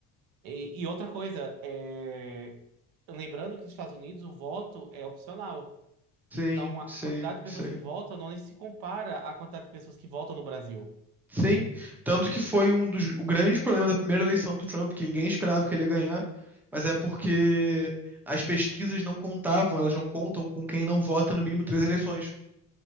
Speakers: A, on the right; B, in the centre.
A: e, e outra coisa, é, lembrando que nos Estados Unidos o voto é opcional,
B: Sim,
A: então a
B: sim,
A: quantidade de pessoas
B: sim.
A: que votam não se compara à quantidade de pessoas que votam no Brasil.
B: Sim. Tanto que foi um dos o grande problema da primeira eleição do Trump, que ninguém esperava que ele ia ganhar, mas é porque as pesquisas não contavam, elas não contam com quem não vota no mínimo três eleições.